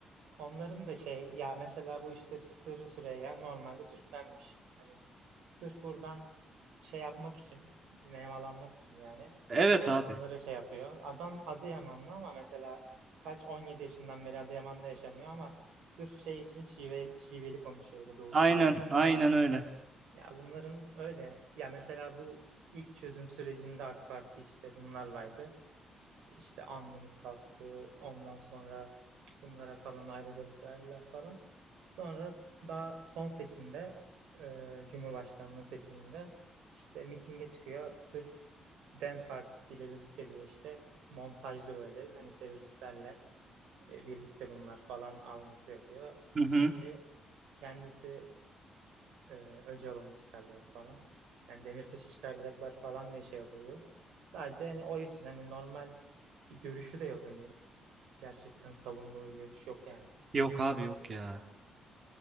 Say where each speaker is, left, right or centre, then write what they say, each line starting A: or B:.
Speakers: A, on the right; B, on the right.
A: onların da şey ya mesela bu işte Sırrı Süreyya normalde Türkmenmiş. Hani sırf buradan şey yapmak için nemalanmak için yani.
B: Evet abi.
A: Bunları şey yapıyor. Adam Adıyamanlı ama mesela kaç 17 yaşından beri Adıyaman'da yaşamıyor ama sırf şey için şive, şiveli konuşuyor böyle doğu
B: Aynen,
A: şivesiyle
B: aynen
A: falan.
B: öyle.
A: Ya bunların öyle. Ya mesela bu ilk çözüm sürecinde AK Parti işte bunlarlaydı. İşte andımız kalktı. Ondan sonra bunlara falan ayrıcalık verdiler falan. Sonra daha son seçimde e, Cumhurbaşkanlığı seçiminde işte mitinge çıkıyor. Sırf Dem Partisi ile birlikte diye işte montajlı böyle hani teröristlerle e, birlikte bunlar falan algısı yapıyor.
B: Hı
A: E,
B: hı.
A: Şimdi kendisi e, Öcalan'ı çıkaracak falan. Yani Demirtaş'ı çıkaracaklar falan diye şey yapıyordu. Sadece hani o için hani normal bir görüşü de yok hani gerçekten savunduğu bir görüş yok yani.
B: Yok abi yok ya.